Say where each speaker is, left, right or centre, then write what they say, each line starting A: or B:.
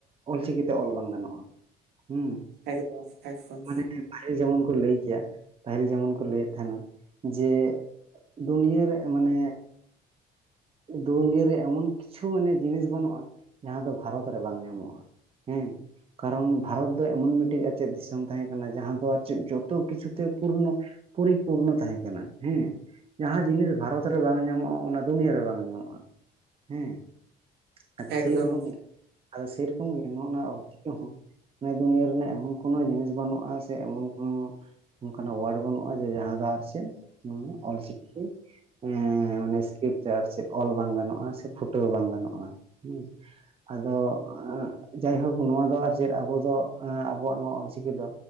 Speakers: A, on the right; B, on the right.
A: ᱚᱞ ᱪᱤᱠᱤᱛᱮ ᱚᱞ ᱵᱟᱝ ᱜᱟᱱᱚᱜᱼᱟ ᱦᱩᱸ᱾
B: ᱮᱠᱫᱚᱢ ᱮᱠᱫᱚᱢ᱾
A: ᱢᱟᱱᱮ ᱯᱟᱹᱦᱤᱞ ᱡᱮᱢᱚᱱ ᱠᱚ ᱞᱟᱹᱭ ᱠᱮᱭᱟ ᱯᱟᱹᱦᱤᱞ ᱡᱮᱢᱚᱱ ᱠᱚ ᱞᱟᱹᱭᱮᱫ ᱛᱟᱦᱮᱱᱟ ᱡᱮᱼᱼ ᱫᱩᱱᱭᱟᱹ ᱨᱮᱜ ᱢᱟᱱᱮᱼᱼ ᱫᱩᱱᱭᱟᱹᱨᱮ ᱮᱢᱚᱱ ᱠᱤᱪᱷᱩ ᱢᱟᱱᱮ ᱡᱤᱱᱤᱥ ᱵᱟᱹᱱᱩᱜᱼᱟ ᱡᱟᱦᱟᱸ ᱫᱚ ᱵᱷᱟᱨᱚᱛ ᱨᱮ ᱵᱟᱝ ᱧᱟᱢᱚᱜᱼᱟ᱾ ᱦᱮᱸᱼᱼ ᱠᱟᱨᱚᱱ ᱵᱷᱟᱨᱚᱛ ᱫᱚ ᱮᱢᱚᱱ ᱢᱤᱫᱴᱤᱡ ᱟᱨ ᱪᱮᱫ ᱫᱤᱥᱚᱢ ᱛᱟᱦᱮᱸ ᱠᱟᱱᱟ ᱡᱟᱦᱟᱸ ᱫᱚ ᱟᱨ ᱪᱮᱫ ᱡᱷᱚᱛᱚ ᱠᱤᱪᱷᱩ ᱛᱮ ᱯᱩᱨᱱᱚᱼᱼ ᱯᱚᱨᱤᱯᱩᱨᱱᱚ ᱛᱟᱦᱮᱸ ᱠᱟᱱᱟ ᱦᱮᱸ ᱡᱟᱦᱟᱸ ᱡᱤᱱᱤᱥ ᱵᱷᱟᱨᱚᱛ ᱨᱮ ᱵᱟᱝ ᱧᱟᱢᱚᱜᱼᱟ ᱚᱱᱟ ᱫᱩᱱᱤᱭᱟᱹ ᱨᱮ ᱵᱟᱝ ᱧᱟᱢᱚᱜᱼᱟ ᱦᱮᱸ ᱟᱫᱚ
B: ᱮᱠᱫᱚᱢ
A: ᱥᱮᱭ ᱨᱚᱠᱚᱢᱼᱼ ᱟᱫᱚ ᱥᱮᱨᱚᱠᱚᱢ ᱜᱮ ᱱᱚᱜ‌ᱼᱱᱟ ᱚᱞ ᱪᱤᱠᱤ ᱦᱚᱸᱼᱼ ᱱᱚᱣᱟ ᱫᱩᱱᱤᱭᱟᱹ ᱨᱮᱱᱟᱜ ᱮᱢᱚᱱ ᱠᱳᱱᱳ ᱡᱤᱱᱤᱥ ᱵᱟᱱᱩᱜᱼᱟ ᱥᱮ ᱮᱢᱚᱱ ᱠᱳᱱᱳ ᱚᱱᱠᱟᱱᱟᱜ ᱳᱣᱟᱨᱰ ᱵᱟᱹᱱᱩᱜᱼᱟ ᱡᱮ ᱡᱟᱦᱟᱸ ᱫᱚ ᱟᱨ ᱪᱮᱫ ᱢᱟᱱᱮ ᱚᱞ ᱪᱤᱠᱤᱼᱼ ᱚᱱᱮᱻ ᱢᱟᱱᱮ ᱥᱠᱨᱤᱯᱴ ᱛᱮ ᱟᱨ ᱪᱮᱫ ᱚᱞ ᱵᱟᱝ ᱜᱟᱱᱚᱜᱼᱟ ᱥᱮ ᱯᱷᱩᱴᱟᱹᱣ ᱵᱟᱝ ᱜᱟᱱᱚᱜᱼᱟ ᱦᱩᱸ᱾ ᱟᱫᱚ ᱮᱸᱜ ᱡᱟᱭᱦᱳᱠ ᱱᱚᱣᱟ ᱫᱚ ᱟᱨ ᱪᱮᱫ ᱟᱵᱚ ᱫᱚ ᱮᱸᱜ ᱟᱵᱚᱣᱟᱜ ᱱᱚᱣᱟ ᱚᱞ ᱪᱤᱠᱤ ᱫᱚ